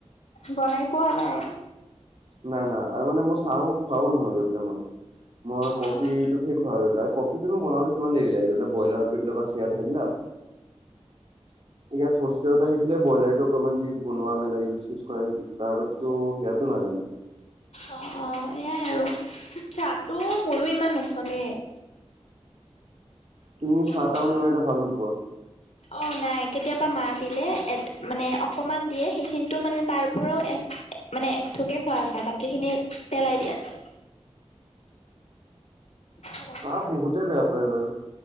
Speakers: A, on the left (about 80°); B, on the right (about 55°).
A: বনাই পোৱা নাই।
B: নাই-নাই আৰু মানে মই চাহো খোৱাও নহয় গৈ পাই মই, মই কফি
A: অ',
B: <unintelligible> কফিটো বনাওঁতে কিমান দেৰি লাগে, বইলাৰ গৈ পেলাই বা <unintelligible> দালি দিলা। ইয়াত হোষ্টেলত আহি পেলাই ব্ৰইলাৰটো অকণমান যি বনোৱা মেলা ইউজ চেউজ কৰা শিকিছোঁ, তাৰ আগতেতো সেয়াতো নাজানোঁ।
A: অ', অ', এয়াই আৰু। চাহটো মোৰো ইমান নচলে।
B: তুমি
A: এনেকুৱা
B: চাহ টাহ মানে ইমান এটা ভাল নোপোৱা?
A: অ', নাই। কেতিয়াবা মা দিলে মানে অকমান দিয়ে সেইখিনিতো মানে তাৰ পৰাও মানে এক থোপে খোৱা যায়, বাকী খিনি পেলাই দিয়া যায়। সেনেকুৱা
B: চাহ বহুতে বেয়া পায় বাৰু।